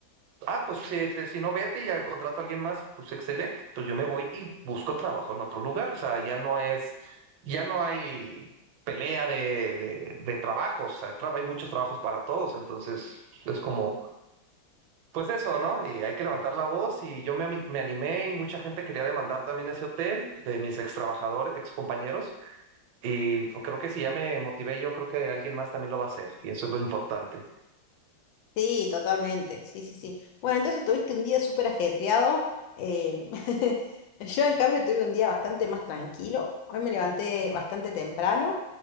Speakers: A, on the right; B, on the left.
A: Ah, pues eh, te- si no vete y ya contrato a alguien más, pues excelente. Pues yo me voy y busco trabajo en otro lugar. O sea, ya no es, ya no hay pelea de, de, de trabajos. O sea, traba- hay muchos trabajos para todos. Entonces, es como, pues eso, ¿no? Y hay que levantar la voz. Y yo me, ami- me animé y mucha gente quería demandar también ese hotel de mis ex trabajadores, ex compañeros. Y pues, creo que si ya me motivé, yo creo que alguien más también lo va a hacer. Y eso es lo importante.
B: Sí, totalmente. Sí, sí, sí. Bueno, entonces tuviste un día súper ajetreado. em, <laughs> yo, en cambio, tuve un día bastante más tranquilo. Hoy me levanté bastante temprano.